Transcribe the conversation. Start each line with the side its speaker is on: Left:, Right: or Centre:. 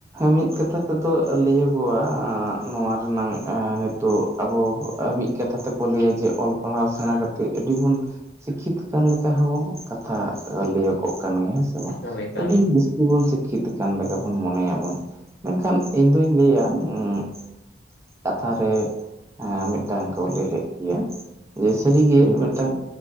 Right: ᱢᱤᱫ ᱠᱟᱛᱷᱟ ᱛᱮᱫᱚ ᱞᱟᱹᱭᱚᱜᱼᱟ ᱱᱚᱣᱟ ᱨᱮᱱᱟᱝ ᱛᱚ ᱟᱵᱚ ᱢᱤᱫ ᱠᱟᱛᱷᱟ ᱛᱮᱠᱚ ᱞᱟᱹᱭᱟ ᱡᱮ ᱚᱞ ᱯᱟᱲᱦᱟᱣ ᱥᱮᱬᱟ ᱠᱟᱛᱮᱮᱫ ᱟᱹᱰᱤᱵᱚᱱ ᱥᱤᱠᱷᱤᱛ ᱠᱟᱱ ᱞᱮᱠᱟ ᱦᱚᱸ ᱠᱟᱛᱷᱟ ᱞᱟᱹᱭᱚᱜ ᱠᱟᱱ ᱜᱮᱭᱟ ᱦᱮᱸ ᱥᱮ ᱵᱟᱝ
Left: ᱮᱠᱟᱞ ᱮᱠᱟᱞ
Right: ᱟᱹᱰᱤ ᱡᱟᱥ ᱚᱞ ᱵᱚᱱ ᱥᱤᱠᱷᱤᱛ ᱟᱠ ᱞᱮᱠᱟ ᱵᱚᱱ ᱢᱚᱱᱮᱭᱟ ᱵᱚᱱ ᱢᱮᱱᱠᱷᱟᱱ ᱤᱧ ᱫᱩᱧ ᱞᱟᱹᱭᱟ ᱩᱸ ᱠᱟᱛᱷᱟ ᱨᱮ ᱢᱤᱫ ᱴᱟᱝ ᱠᱚ ᱞᱟᱹᱭ ᱞᱮᱫ ᱜᱮᱭᱟ ᱥᱟᱹᱨᱤᱜᱮ
Left: ᱦᱮᱸ
Right: ᱢᱤᱫ ᱴᱟᱝ